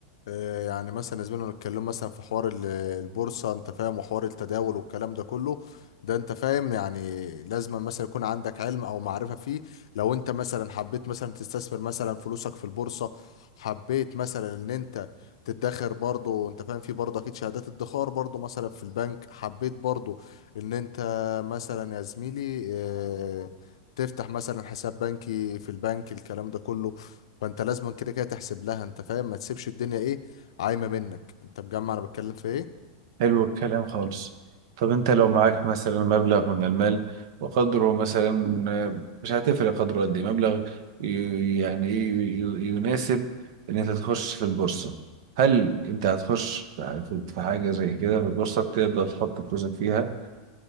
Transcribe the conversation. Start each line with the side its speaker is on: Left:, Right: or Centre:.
Left: آه، يعني مثلا زمان نتكلم مثلا في حوار ال- البورصة انت فاهم وحوار التداول والكلام ده كله ده انت فاهم يعني لازم مثلا يكون عندك علم او معرفة فيه لو انت مثلا حبيت مثلا تستثمر مثلا فلوسك في البورصة حبيت مثلا ان انت تدخر برضه انت فاهم في برضه اكيد شهادات ادخار برضه مثلا في البنك حبيت برضه ان انت مثلا يا زميلي آه، تفتح مثلا حساب بنكي في البنك الكلام ده كله فانت لازم كده كده تحسب لها انت فاهم ما تسيبش الدنيا ايه عايمه منك انت مجمع انا بتكلم في ايه
Right: حلو الكلام خالص طب انت لو معاك مثلا مبلغ من المال وقدره مثلا آه، مش هتفرق قدره قد ايه مبلغ ي- يعني ايه ي- يناسب ان انت تخش في البورصة هل انت هتخش في في حاجة زي كده في البورصة تقدر تحط فلوسك فيها